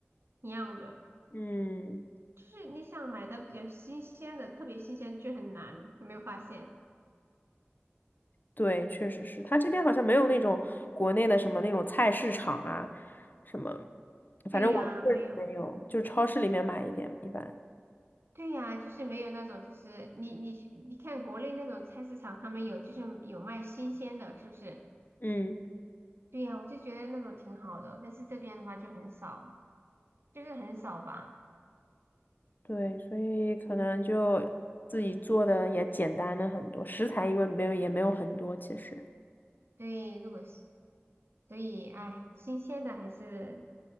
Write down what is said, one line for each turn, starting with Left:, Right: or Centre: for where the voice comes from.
Right: 一样的。
Left: 嗯，
Right: 就是你想买的比较新鲜的，特别新鲜就很难，有没有发现？
Left: 对，确实是，它这边好像没有那种国内的什么那种菜市场啊，什么，
Right: 对呀，
Left: 反正我确实没有，
Right: 没有，
Left: 就超市里面买一点一般。
Right: 对呀，就是没有那种，就是你你去你看国内那种菜市场，他们有就是有卖新鲜的，是不是？
Left: 嗯，
Right: 对呀，我就觉得那种挺好的，但是这边的话就很少，就是很少吧。
Left: 对，所以可能就自己做的也简单了很多，食材因为没有也没有很多，其实。
Right: 对，如果是，所以，哎，新鲜的还是